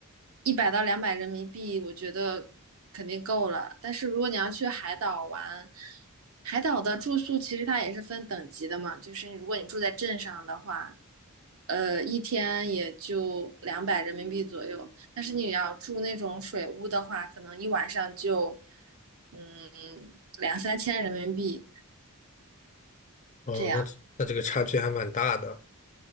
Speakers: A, on the right; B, on the left.
A: 一百到两百人民币，我觉得肯定够了。但是如果你要去海岛玩，海岛的住宿其实它也是分等级的嘛，就是如果你住在镇上的话。呃，一天也就两百人民币左右。但是你要住那种水屋的话，可能一晚上就，嗯，两三千人民币
B: 哦，
A: 这样。
B: 那那这个差距还蛮大的。